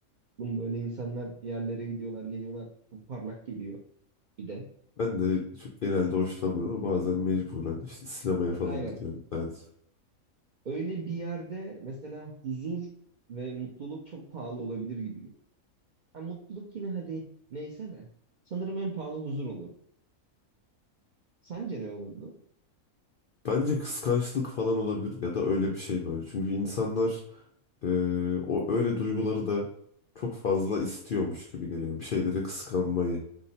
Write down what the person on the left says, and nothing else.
Ben de çok genelde hoşlanmıyorum ama bazen mecburen işte sinemaya falan
gidiyorum sadece.
Bence kıskançlık falan olabilir ya da öyle bir şey böyle. Çünkü insanlar e, o öyle duyguları da çok fazla istiyormuş gibi geliyor. Bir şeyleri kıskanmayı